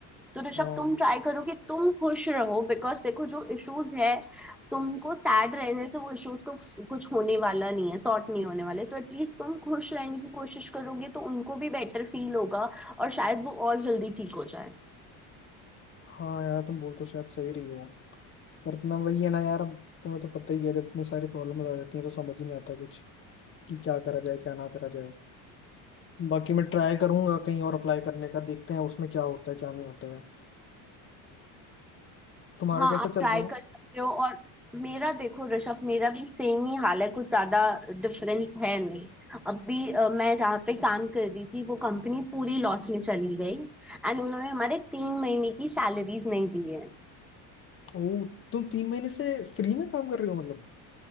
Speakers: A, in the centre; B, on the left.
A: तो ऋषभ
B: हाँ
A: तुम ट्राई करो कि तुम खुश रहो बिकॉज देखो जो इश्यूज है तुमको सैड रहने से वो इश्यूज तो कुछ होने वाला नहीं है सॉर्ट नहीं होने वाले तो एटलीस्ट तुम खुश रहने की कोशिश करोगे तो उनको भी बेटर फील होगा और शायद वो और जल्दी ठीक हो जाए
B: हाँ यार तुम बोल तो शायद सही रही हो पर ना वही है ना यार अब तुम्हें तो पता ही है जब इतनी सारी प्रॉब्लम आ जाती है तो समझ ही नहीं आता कुछ कि क्या करा जाए क्या ना करा जाए बाकी मैं ट्राई करूंगा कहीं और अप्लाई करने का देखते हैं उसमें क्या होता है क्या नहीं होता है तुम्हारा
A: हाँ
B: कैसा
A: आप
B: चल
A: ट्राई
B: रहा है
A: कर सकते हो और मेरा देखो ऋषभ मेरा भी सेम ही हाल है कुछ ज्यादा डिफरेंस है नहीं अभी अ, मैं जहाँ पे काम कर रही थी वो कंपनी पूरी लॉस में चली गई एंड उन्होंने हमारे तीन महीने की सैलरीज नहीं दी है
B: ओ तुम तीन महीने से फ्री में काम कर रहे हो मतलब